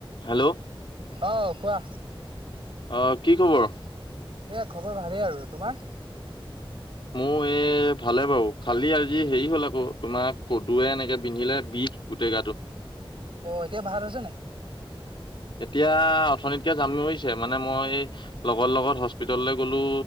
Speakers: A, on the left; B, on the right.
A: Hello
B: অ', কোৱা
A: অ', কি খবৰ?
B: এই খবৰ ভালেই আৰু, তোমাৰ?
A: মোৰ এই ভালে বাৰু খালি আজি হেৰি হ'ল আকৌ তোমাৰ কদুয়ে এনেকে পিন্ধিলে বিষ গোটেই গাটো।
B: অ, এতিয়া ভাল হৈছে নাই?
A: এতিয়া অথনীতকে জামিৰিছে মানে মই লগৰ লগত হস্পিতললৈ গলো